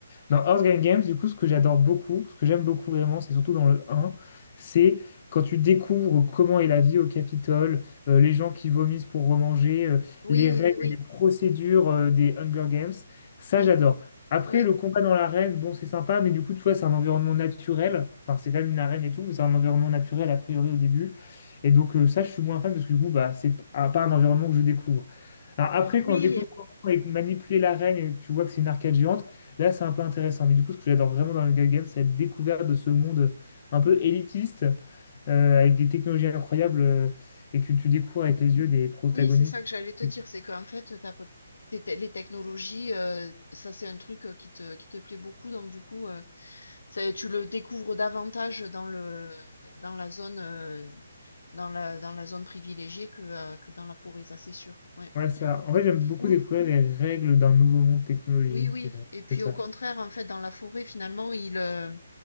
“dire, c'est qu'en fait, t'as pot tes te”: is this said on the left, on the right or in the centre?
Left